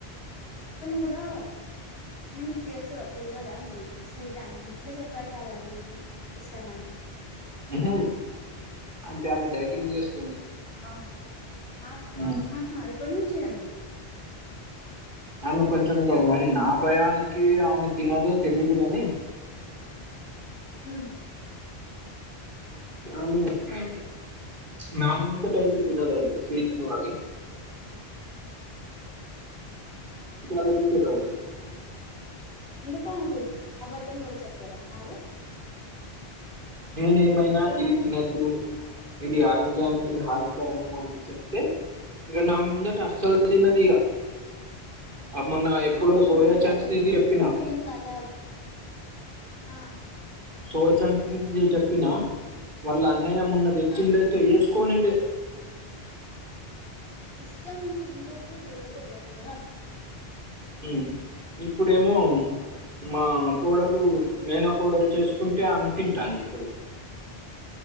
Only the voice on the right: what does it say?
వినదు అంటే ఆమె డైటింగ్ చేస్త్
ఉమ్.
ఆమెకు కొంచమే కాదు మరి నా భయానికి ఆమె తినదో తెలిదుగాని
అవును ఉ నా ముందుట అయితే తినదండి స్వీట్లు అవి మనిపిటిలో అయిద్ది
నేను ఏమైనా
ఇది తినద్దు ఇది ఆరోగ్యానికి హానికరము అని చెప్తే ఇగ నా ముందట అసల్ తినదిగా అ మొన్న ఎప్పుడు
సోయా
చంక్స్ ఇది
చెప్పినా
సోయచంకస్ బీన్స్ ని నేన్ చెప్పినా వాళ్ళ అన్నయ్య మొన్న తెచ్చిండయితే
ఏస్ కొనీలే
ఊ ఇప్పుడేమో మా కోడల్ ఇప్పుడు మేనకోడలు చేసుకుంటే ఆమె తింటాంది ఇప్పుడు